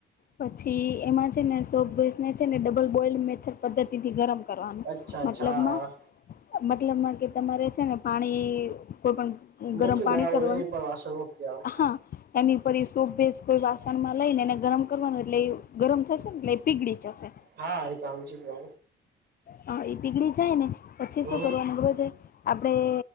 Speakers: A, on the left; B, on the right.
A: પછી એમાં છે ને સો બેસ છે ને ડબલ બોલ મેથડ પદ્ધતિથી ગરમ. કરવા
B: અચ્છા અચ્છા
A: મતલબ
B: હા
A: મતલબમાં કે તમારે છે ને પાણી. કોઈ પણણ
B: મૂકી
A: ગરમ
B: ને
A: પાણી
B: આવું
A: કરવા
B: એની પર વાસણ મૂકી આવું
A: હા. એની ઉપર એ સોપ ભેસ કોઈ વાસણમાં લઈને એને ગરમ કરવાનું એટલે એ ગરમ થશે ને એટલે પીગળી જશે.
B: હા એ તોમજ જ ભુ.
A: હ એ પીગળી જાય ને પછીસો
B: હમ
A: કરવા ગવા જાય. આપણેે